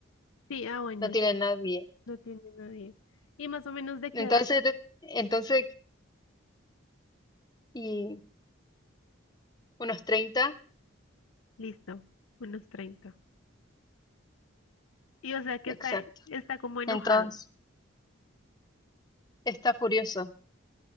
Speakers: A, on the left; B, on the left.
A: Sí, ah, bueno,
B: no
A: s-
B: tiene a nadie.
A: no tiene nadie. Y más o menos de
B: Entonces,
A: qué edad,
B: te- entonces, y unos treinta
A: listo, unos treinta Y o sea que
B: exacto.
A: está, está como enojado.
B: Entonces, está furioso.